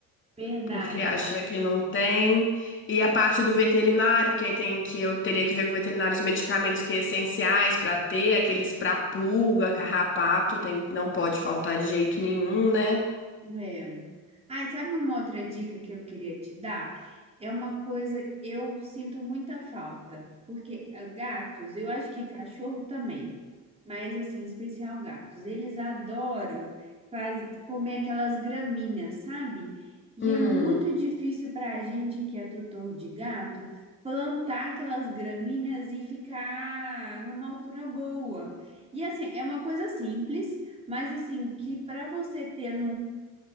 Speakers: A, on the right; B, on the left.
A: verdade.
B: Porque acha que não tem. E a parte do veterinário, que aí tem que eu teria que ver com o veterinário os medicamentos que é essenciais para ter, aqueles para pulga, carrapato, tem, não pode faltar de jeito nenhum, né?
A: É. Ai, sabe uma outra dica que eu queria te dar? É uma coisa, eu sinto muita falta, porque ah, gatos, eu acho que cachorro também, mas assim, em especial gatos, eles adoram faz- comer aquelas graminhas, sabe? E
B: Hum,
A: é muito difícil para a gente que é tutor de gato plantar aquelas graminhas e ficar numa altura boa. E assim, é uma coisa simples. Mas assim, que para você ter